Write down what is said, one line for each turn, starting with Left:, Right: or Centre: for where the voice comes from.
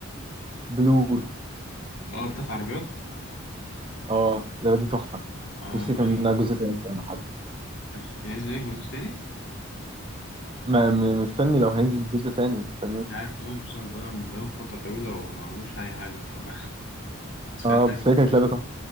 Right: بلور
Left: اه بتاعت عربيات
Right: اه اللعبة دي تحفة
Left: اه
Right: نفسي
Left: فشيخ
Right: يتعمل منها جزء تاني ولا حاجة
Left: فشيخ بينزل ايه جزء تاني
Right: ما م- مستني لو هينزل جزء تاني مستنيه
Left: مش عارف اظن بصراحة بقالهم بقالهم فترة طويلة وما عملوش اي حاجة ف <laughs> بس كانت
Right: اه
Left: لعبة
Right: بس هي
Left: لذيذة.
Right: كانت لعبة تحفة